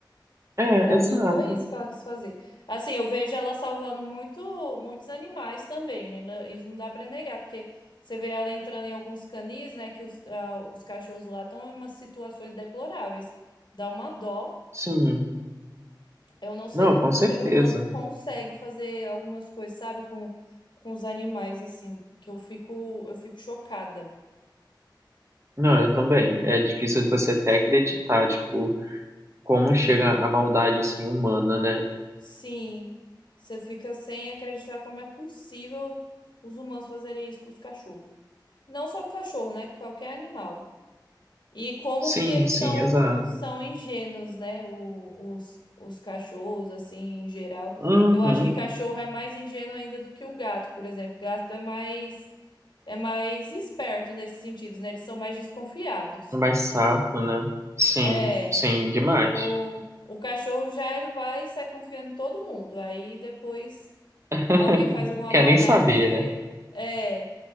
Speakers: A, on the right; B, on the left.
A: É,
B: Que pra
A: exato.
B: mim foi isso que ela quis fazer. Assim, eu vejo ela salvando muito, muitos animais também, né? Não- Isso não dá pra negar, porque você vê ela entrando em alguns canis, né? Que os, ah, os cachorros lá estão em umas situações deploráveis. Dá uma dó.
A: Sim.
B: Eu não sei
A: Não,
B: como
A: com
B: que
A: certeza.
B: o ser humano consegue fazer algumas coisas, sabe? Com, com os animais, assim, que eu fico, eu fico chocada.
A: Não, eu também. É difícil você até acreditar, tipo, como chega a maldade assim humana, né?
B: Sim, você fica sem acreditar como é possível os humanos fazerem isso com os cachorros. Não só cachorro, né? Qualquer animal. E como
A: Sim,
B: que eles
A: sim,
B: são
A: exato.
B: são ingênuos, né? O- os, os cachorros, assim, em geral.
A: Uhum.
B: Porque eu acho que cachorro é mais ingênuo ainda do que o gato, por exemplo. Gato é mais é mais esperto nesse sentido, né? Eles são mais desconfiados.
A: Mais sapo, né? Sim,
B: É,
A: sim, demais.
B: o, o cachorro já ele vai e sai confiando em todo mundo. Aí depois
A: <laughs>
B: alguém faz alguma
A: Quer
B: maldade
A: nem saber,
B: com
A: né?
B: ele. É.